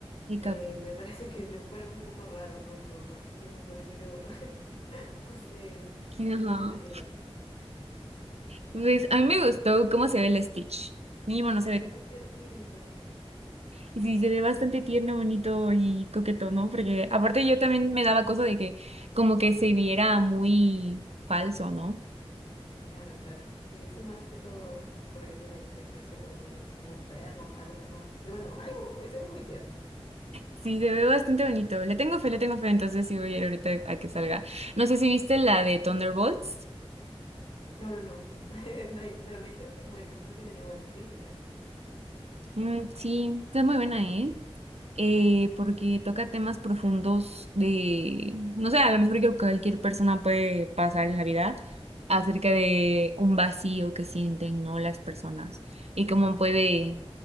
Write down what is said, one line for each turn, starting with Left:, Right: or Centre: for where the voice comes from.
Right: el
Left: Eh,
Right: capo.
Left: me <laughs> parece que se fueron un poco raros con Jumba, que me pareció, <laughs> no sé,
Right: Ajá.
Left: difícil de mirar.
Right: Pues a mí me gustó cómo se ve el Stitch, mínimo
Left: Sí,
Right: no se ve,
Left: es muy tiernito.
Right: y sí, se ve bastante tierno, bonito y coqueto, ¿no? Porque aparte yo también me daba cosa de que como que se viera muy falso, ¿no?
Left: Claro, claro. Y eso más que todo porque tiene que hacerse como también, como un perro, para algo pasar. Y bueno, <laughs> algo, eso es muy tierno.
Right: Sí, se ve bastante bonito. Le tengo fe, le tengo fe, entonces sí voy a ir ahorita a que salga. No sé si viste la de Thunderbolts.
Left: No, no, no. <laughs> No hay- Pero me dijeron que es buena, creo que tenía buenas críticas.
Right: Mm, sí, está muy buena, ¿eh? Eh, porque toca temas profundos de, no sé, a lo mejor que cualquier persona puede pasar en la vida acerca de un vacío que sienten, ¿no? Las personas y cómo puede,